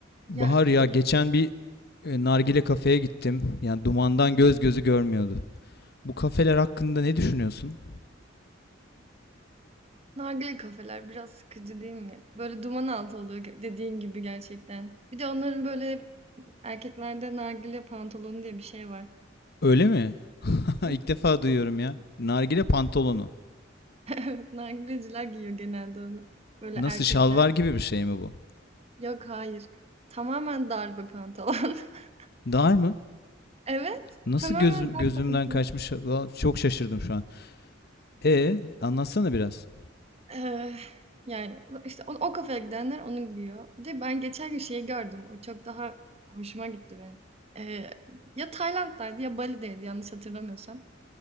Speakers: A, on the right (about 30°); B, on the left (about 55°).
A: Ya
B: Bahar ya
A: bir-
B: geçen bir e, nargile kafeye gittim. Yani dumandan göz gözü görmüyordu. Bu kafeler hakkında ne düşünüyorsun?
A: nargile kafeler biraz sıkıcı değil mi? Böyle duman altı oluyor ge- dediğin gibi gerçekten. Bir de onların böyle erkeklerde nargile pantolonu diye bir şey var.
B: Öyle mi? <laughs>
A: <laughs>
B: İlk defa duyuyorum ya. Nargile pantolonu.
A: Evet, nargileciler giyiyor genelde onu. Böyle
B: Nasıl
A: erkekler.
B: şalvar gibi bir şey mi bu?
A: Yok hayır. Tamamen dar bir pantolon. <laughs>
B: Dar mı?
A: Evet.
B: Nasıl
A: Tamamen
B: gözüm,
A: dar
B: gözümden
A: pantolon.
B: kaçmış? Valla Çok şaşırdım şu an. E anlatsana biraz.
A: Eee, yani, işte o o kafaya gidenler onu giyiyor. Bir de ben geçen gün şeyi gördüm, o çok daha hoşuma gitti benim. Eee, ya Tayland'daydı ya Bali'deydi yanlış hatırlamıyorsam.